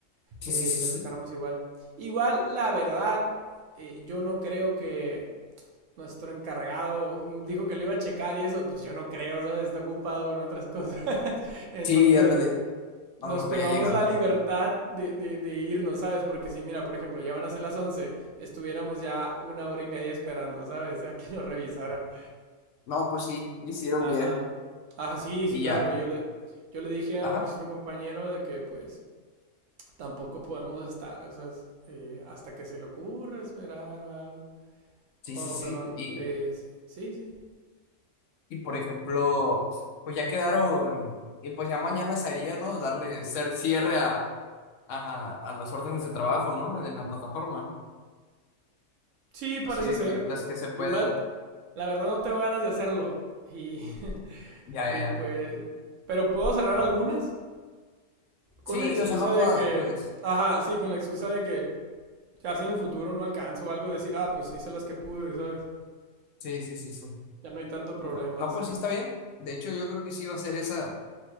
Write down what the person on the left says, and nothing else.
Sí,
sí, sí,
sí.
Sí, ándale,
a lo mejor
ya llegando.
No, pues sí, hicieron
bien.
Y
ya,
ajá.
Sí,
sí, sí.
Y,
y por ejemplo, pues ya quedaron, y pues ya mañana sería, ¿no? Darle cer- cierre a, a, a las órdenes de trabajo, ¿no? En la plataforma.
Así de
que las que se puedan.
Ya,
ya, ya.
Sí,
o sea, no todas,
pues.
Sí, sí, sí, sí.
¿verdad? No,
pues sí está bien. De hecho, yo creo que sí va a ser esa.